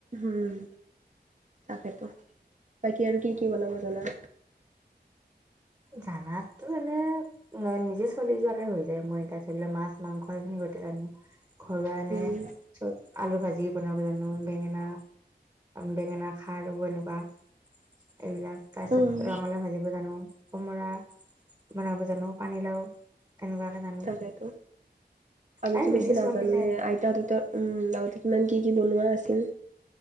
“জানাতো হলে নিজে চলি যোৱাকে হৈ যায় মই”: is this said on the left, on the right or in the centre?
Right